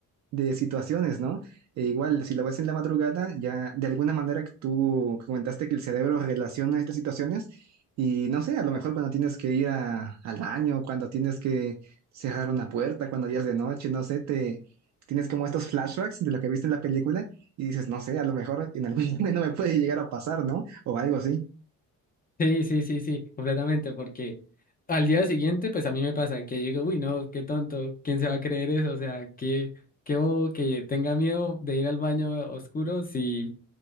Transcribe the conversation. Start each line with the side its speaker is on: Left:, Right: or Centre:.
Right: de situaciones, ¿no? E igual, si lo ves en la madrugada, ya de alguna manera que tú comentaste que el cerebro relaciona estas situaciones y no sé, a lo mejor cuando tienes que ir a- al baño, cuando tienes que cerrar una puerta, cuando ya es de noche, no sé, te tienes como estos flashbacks de lo que viste en la película y dices, no sé, a lo mejor en algún <laughs> momento me puede llegar a pasar, ¿no? O algo así.
Left: Sí, sí, sí, sí, completamente, porque al día siguiente, pues a mí me pasa que digo, uy, no, qué tonto, ¿quién se va a creer eso? O sea, qué, qué bobo que tenga miedo de ir al baño oscuro si,